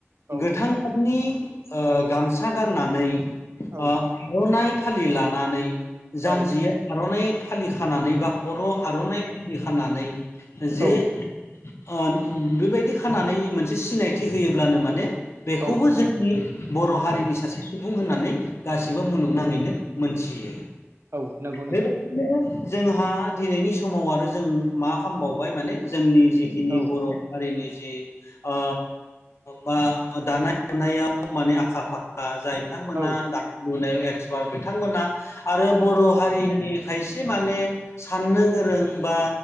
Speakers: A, on the right (about 60°); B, on the left (about 65°).
A: औ
B: गोथां गाबनि ओ गामसा गाननानै ओ
A: औ
B: आर'नाइ फालि लानानै जानजिया
A: औ
B: आर'नाइ फालि खानानै बा बर' आर'नाइ फुलि खानानै जे
A: औ
B: ओ बेबायदि खानानै मोनसे सिनायथि होयोब्लानो माने बेखौबो
A: औ
B: जोंनि बर' हारिनि
A: औ
B: सासे सुबुं होननानै गासिबो मुलुगनाङैनो मोनथियो।
A: औ नंगौ
B: बेबायदिनो
A: नोंथां
B: जोंहा दिनैनि समाव आरो जों मा खालामबावबाय माने जोंनि जि खिनि
A: औ
B: बर' हारिनि जि ओ बा दानाय लुनायाव माने आखा फाखा जायो। बिथांमोना
A: औ
B: दा लुनायाव एक्सपार्ट बिथांमोना आरो बर'
A: औ
B: हारिनि खायसे माने साननो गोरों बा